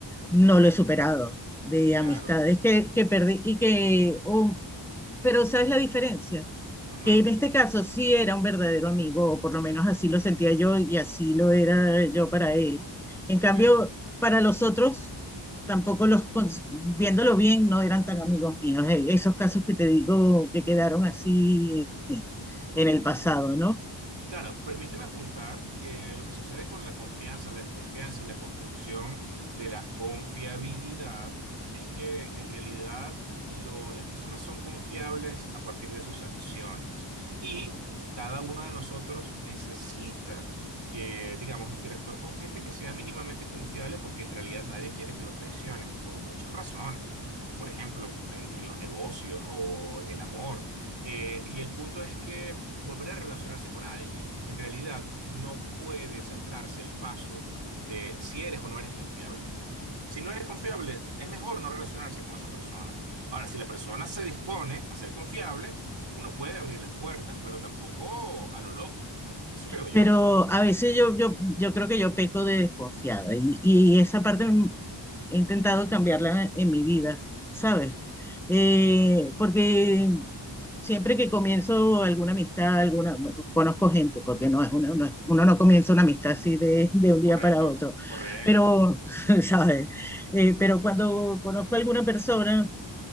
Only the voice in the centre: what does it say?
no lo he superado de
amistades que, que perdí y que, o- pero ¿sabes la diferencia?
Que en este caso sí era un verdadero amigo, o por lo menos así lo sentía yo y así lo era yo para él. En
cambio, para los otros, tampoco los, cons- viéndolo bien, no eran tan amigos míos. Eh, Esos casos que te digo que quedaron así en el pasado, ¿no?
Pero a veces yo, yo, yo creo que yo peco de desconfiada y, y esa parte m- he intentado cambiarla en, en mi vida, ¿sabes? Eh, porque siempre que comienzo alguna amistad, alguna, bueno, conozco gente, porque no es una, no es- uno no comienza una amistad así de, de un día
para otro,
pero, <laughs> ¿sabes? Eh, pero cuando conozco a alguna persona,